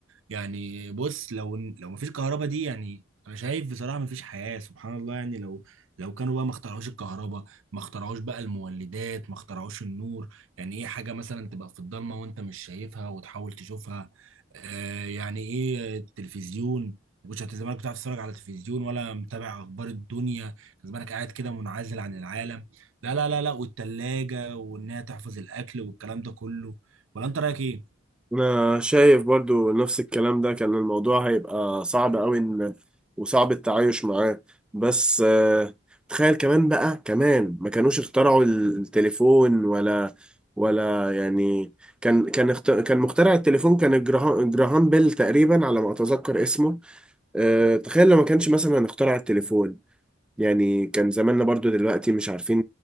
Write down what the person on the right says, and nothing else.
يعني بص لو لو مفيش كهرباء دي يعني أنا شايف بصراحة مفيش حياة سبحان الله يعني لو لو كانوا بقى ما اخترعوش الكهرباء ما اخترعوش بقى المولدات ما اخترعوش النور يعني ايه حاجة مثلا تبقى في الضلمة وانت مش شايفها وتحاول تشوفها آه يعني ايه التلفزيون مش هت- زمانك بتعرف تتفرج على التلفزيون ولا متابع اخبار الدنيا كان زمانك قاعد كده منعزل عن العالم لا لا لا لا والتلاجة وانها تحفظ الاكل والكلام ده كله ولا انت رأيك ايه؟